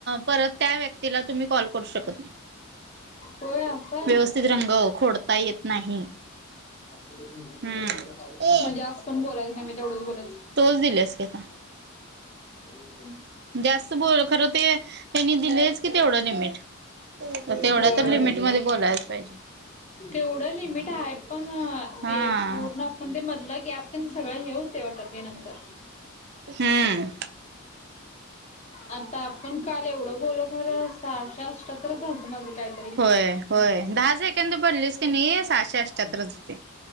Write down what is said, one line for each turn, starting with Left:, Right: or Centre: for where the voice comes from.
Right: परत त्या व्यक्तीला तुम्ही कॉल करू शकत नाही.
Left: होय असं आहे.
Right: व्यवस्थित रंगव, खोडता येत नाही.
Left: म्हणजे
Right: हम्म
Left: असज पण बोलायच नाही, मी तेवढंच बोलायचं
Right: तोच दिल्यास की आता
Left: <inaudible>
Right: जास्त बोल, खर ते त्यांनी दिलेयच कि तेवढं लिमिट. तेवढ्या
Left: होय.
Right: तर लिमिट मध्ये बोलायच पाहिजे
Left: तेवढं लिमिट आहे, पण
Right: हा
Left: ते पूर्ण आपण ते म्हधलं गॅप्प तेन सगळं हे होतय वाटत ते नंतर
Right: हम्म
Left: आता आपण काल एवढं बोलो खरं, सहाशे अष्ट्यातरच झालत माझं काय तरी
Right: होय होय दहा सेकंद भरलीस की नाही सहाशे अष्ट्याहत्तरच
Left: <inaudible>
Right: होते.